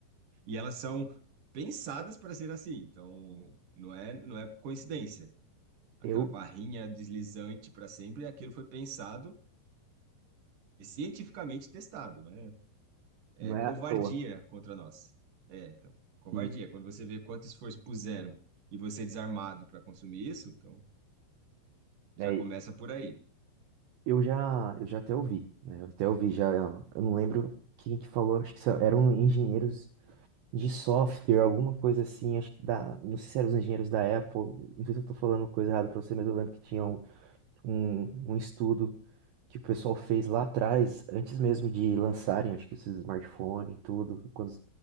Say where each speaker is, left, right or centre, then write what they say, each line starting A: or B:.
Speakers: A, on the right; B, on the right.
A: E elas são pensadas para ser assim. Então, não é, não é coincidência. Aquela
B: Eu
A: barrinha deslizante para sempre, aquilo foi pensado e cientificamente testado, né? É
B: não é
A: covardia
B: à toa.
A: contra nós. É, então, covardia.
B: E,
A: Quando você vê quanto esforço puseram e você é desarmado para consumir isso, então já
B: é
A: começa por aí.
B: Eu já, eu já até ouvi, né? Eu até ouvi já, eu não lembro quem que falou, acho que só- eram engenheiros de software, alguma coisa assim, acho que da, não sei se eram os engenheiros da Apple, não sei se eu tô falando coisa errada pra você, mas eu lembro que tinha um, um, um estudo que o pessoal fez lá atrás, antes mesmo de lançarem, acho que esses smartphones e tudo, quando